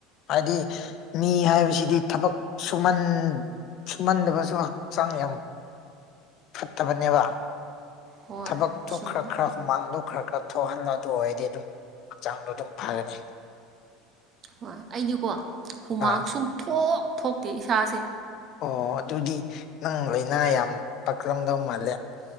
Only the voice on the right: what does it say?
ꯍꯣꯏ
ꯆꯨꯝꯃꯦ
ꯍꯣꯏ ꯑꯩꯗꯤꯀꯣ ꯍꯨꯃꯥꯡ
ꯁꯨꯡ ꯊꯣꯛ ꯊꯣꯛꯇꯦ ꯏꯁꯥꯁꯦ